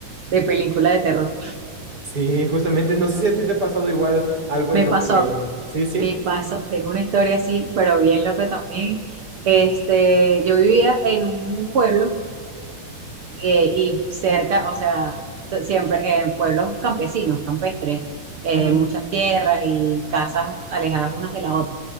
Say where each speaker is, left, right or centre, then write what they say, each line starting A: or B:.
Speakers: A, on the right; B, on the right.
A: de película de terror.
B: Sí, justamente, no sé si a ti te ha pasado igual algo en
A: Me
B: lo
A: pasó,
B: que... Sí, sí.
A: Mi paso, tengo una historia así, pero bien loca también. Este, yo vivía en un pueblo eh, y cerca, o sea, t- siempre en pueblos campesinos, campestres, eh,
B: ujú.
A: muchas tierras y casas alejadas unas de la otra.